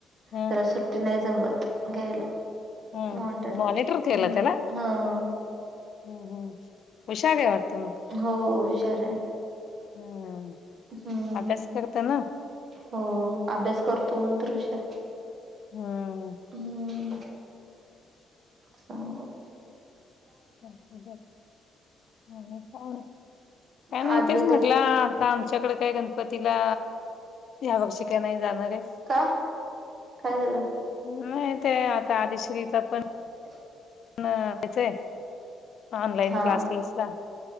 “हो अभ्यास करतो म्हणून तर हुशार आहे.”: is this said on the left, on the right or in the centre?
Right